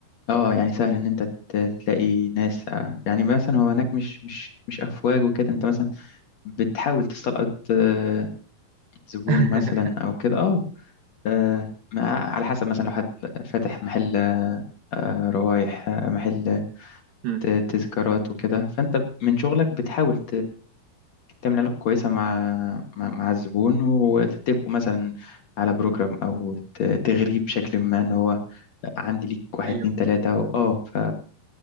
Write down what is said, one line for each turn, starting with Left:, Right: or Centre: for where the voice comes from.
Left: اه يعني سهل ان انت ت- تلاقي ناس آه، يعني مثلا هو هناك مش مش مش افواج وكده انت مثلا بتحاول تستلقط آه، زبون
Right: <laughs>
Left: مثلا او كده اه آه، ما- على حسب مثلا لو حد فاتح محل آه، روايح آه، محل
Right: مم.
Left: ت- تذكارات وكده فانت من شغلك بتحاول تعمل علاقة كويسة مع مع, مع الزبون وتتفقوا مثلا على بروجرام أو ت- تغريه بشكل ما إن هو عندي ليك واحد
Right: ايوه
Left: اتنين تلاتة و- اه ف...